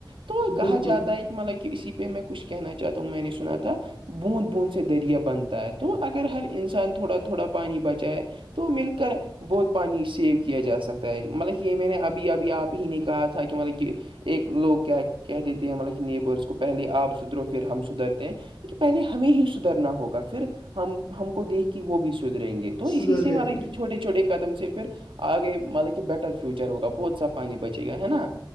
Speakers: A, on the right; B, on the left.
A: تو کہا
B: بالکل
A: جاتا ہے کہ مطلب کہ اسی پہ میں کچھ کہنا چاہتا ہوں میں نے سنا تھا بوند بوند سے دریا بنتا ہے تو اگر ہر انسان تھوڑا تھوڑا پانی بچائے تو مل کر ب بہت پانی سیو کیا جا سکتا ہے مطلب کہ یہ میں نے ابھی ابھی آپ ہی نہیں کہا تھا کہ مطلب کہ ایک لوگ کیا کہ دیتے ہیں مطلب کہ نیبرس کو پہلے آپ سدھرو پھر ہم سدھرتے ہیں ہ پہلے ہمیں ہی سدھرنا ہوگا پھر ہم ہم کو دیکھ کے وہ بھی س رہیں گے تو
B: سدھر
A: اسی سے
B: جائیں
A: مطلب
B: گے
A: چھوٹے چھوٹے قدم سے پھر آگے مطلب کہ بیٹر فیوچر ہوگا بہت سا پانی بچے گا نا